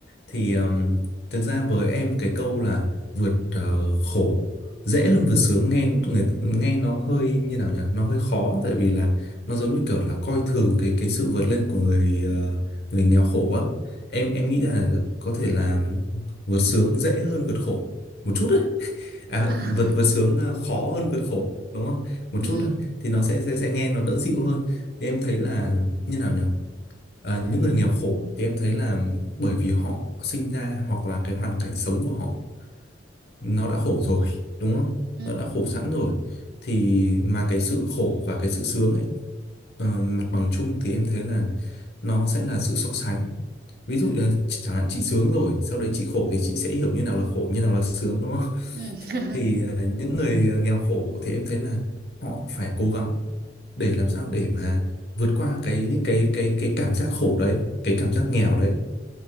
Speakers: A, on the left; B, on the right.
A: Thì ừm, thực ra với em cái câu là vượt ờ, khổ dễ hơn vượt sướng nghe người nghe nó hơi như nào nhỉ? Nó hơi khó tại vì là nó giống như kiểu là coi thường cái cái sự vượt lên của người ờ, người nghèo khổ á. Em em nghĩ là có thể là vượt
B: ừ.
A: sướng dễ hơn vượt khổ một chút đấy. À,
B: À.
A: vượt
B: <laughs>
A: vượt sướng ờ, khó hơn vượt khổ đúng không? Một
B: Ừ.
A: chút thôi thì nó sẽ sẽ sẽ nghe nó đỡ dịu hơn. Thì em thấy là như nào nhỉ? Ờ,
B: Ừ.
A: những người nghèo khổ thì em thấy là bởi vì họ sinh ra hoặc là cái hoàn cảnh sống của họ nó đã khổ rồi đúng không?
B: Ừ.
A: Nó đã khổ sẵn rồi thì mà cái sự khổ và cái sự sướng ấy ờ, mặt bằng chung thì em thấy là nó sẽ là sự so sánh ví dụ
B: Ừ.
A: như là chị- chẳng hạn chị sướng rồi sau đấy chị khổ thì chị sẽ hiểu như nào là khổ như nào là sướng đúng không?
B: Ừ.
A: <laughs> Thì ờ, những người nghèo khổ thì em thấy là họ phải cố gắng để làm sao để mà vượt qua cái cái cái cái cảm giác khổ đấy cái cảm giác nghèo đấy